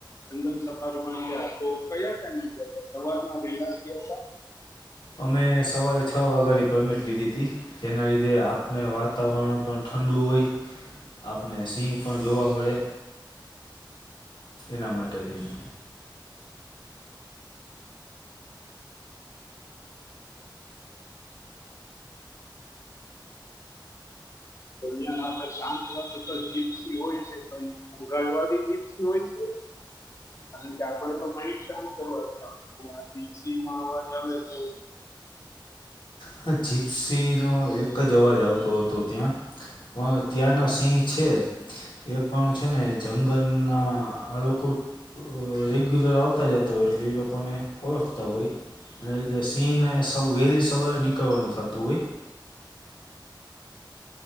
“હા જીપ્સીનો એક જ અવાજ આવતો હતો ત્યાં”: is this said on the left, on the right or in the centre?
Left